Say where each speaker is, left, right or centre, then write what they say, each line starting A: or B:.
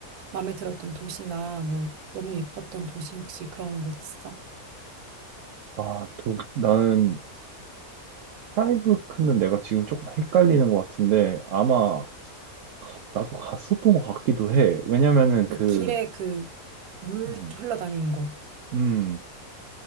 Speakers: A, on the right; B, on the right.
A: 마음에 들었던 도시나 뭐 너무 예뻤던 도시 혹시 그런 곳 있어?
B: 아, 또, 나는, 프라이브르크는 내가 지금 조금 헷갈리는 것 같은데, 아마, 나도 갔었던 것 같기도 해. 왜냐면은
A: 그
B: 그,
A: 길에 그 물
B: 음,
A: 흘러다니는 곳.
B: 음,